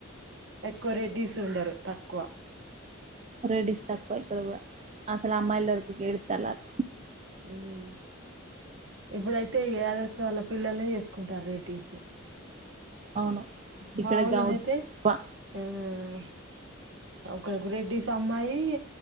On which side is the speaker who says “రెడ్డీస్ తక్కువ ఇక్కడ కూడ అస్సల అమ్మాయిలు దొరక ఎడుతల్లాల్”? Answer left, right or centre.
Right